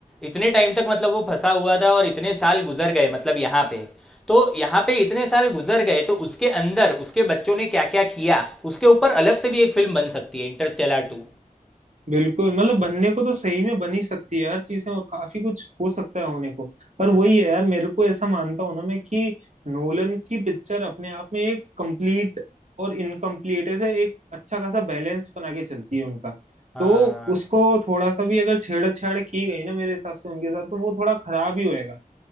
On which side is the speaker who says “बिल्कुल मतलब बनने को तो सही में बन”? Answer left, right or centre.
Right